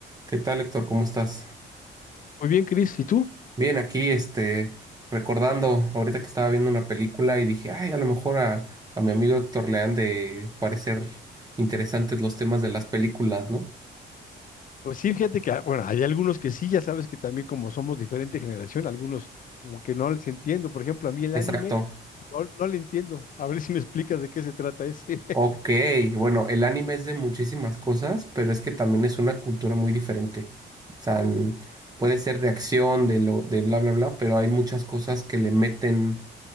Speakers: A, on the right; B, on the left.
A: ¿Qué tal, Héctor? ¿Cómo estás?
B: Muy bien, Cris. ¿Y tú?
A: Bien, aquí, este, recordando ahorita que estaba viendo una película y dije, ay, a lo mejor a, a mi amigo Héctor le han de parecer interesantes los temas de las películas, ¿no?
B: Pues sí, fíjate que, ah, bueno, hay algunos que sí, ya sabes que también como somos diferente generación, algunos como que no les entiendo. Por ejemplo, a mí el
A: Exacto.
B: anime no, no le entiendo. A ver si me explicas de qué se trata ese. <laughs>
A: Ok, bueno, el anime es de muchísimas cosas, pero es que también es una cultura muy diferente. O sea, n- puede ser de acción, de lo, de bla, bla, bla, pero hay muchas cosas que le meten